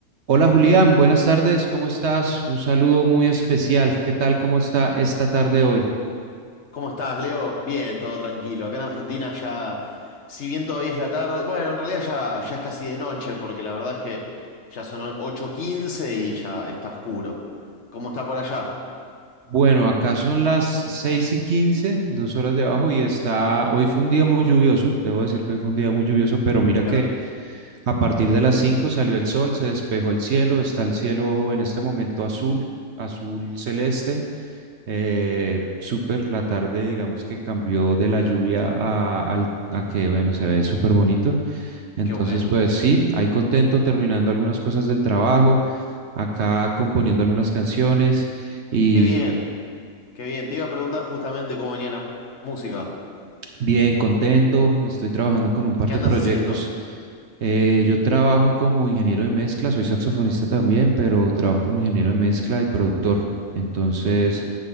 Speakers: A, on the right; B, on the left.
A: Hola Julián, buenas tardes, ¿cómo estás? Un saludo muy especial. ¿Qué tal? ¿Cómo está esta tarde hoy?
B: ¿Cómo estás, Leo? Bien, todo tranquilo. Acá en Argentina ya, si bien todavía es la tarde, bueno, en realidad ya, ya es casi de noche, porque la verdad es que ya son o- ocho quince y ya está oscuro. ¿Cómo está por allá?
A: Bueno, acá son las 6 y 15, dos horas de abajo, y está, hoy fue un día muy lluvioso, debo decir que hoy fue un día muy lluvioso, pero mira
B: Acá
A: que
B: también, sí.
A: a partir de las 5 salió el sol, se despejó el cielo, está el cielo en este momento azul, azul celeste, eh, súper, la tarde digamos que cambió de la lluvia a, al- a que, bueno, se ve súper bonito. Entonces,
B: Qué bueno.
A: pues sí, ahí contento terminando algunas cosas del trabajo, acá componiendo algunas canciones y
B: Qué bien, qué bien. Te iba a preguntar justamente cómo venía la música.
A: bien contento. Estoy trabajando con un par
B: ¿Qué
A: de
B: andas
A: proyectos.
B: haciendo?
A: Eh, yo trabajo como ingeniero de mezcla, soy saxofonista también, pero trabajo como ingeniero de mezcla y productor. Entonces,
B: Ujú.